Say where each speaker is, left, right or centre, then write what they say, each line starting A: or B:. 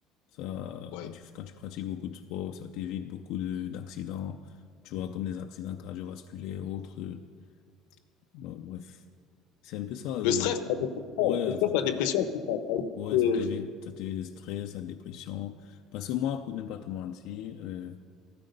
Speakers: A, on the left; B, on the left.
A: Ça,
B: ouais.
A: quand tu, quand tu pratiques beaucoup de sport, ça t'évite beaucoup de, d'accidents, tu vois, comme des accidents cardiovasculaires, autres. euh, bon, bref. C'est un peu ça, euh,
B: Le stress, la dépression,
A: ouais,
B: le stress,
A: ça te,
B: la dépression, c'est ça.
A: ouais,
B: Euh,
A: ça t'évite, ça t'évite le stress, la dépression. Parce que moi, pour ne pas te mentir, euh,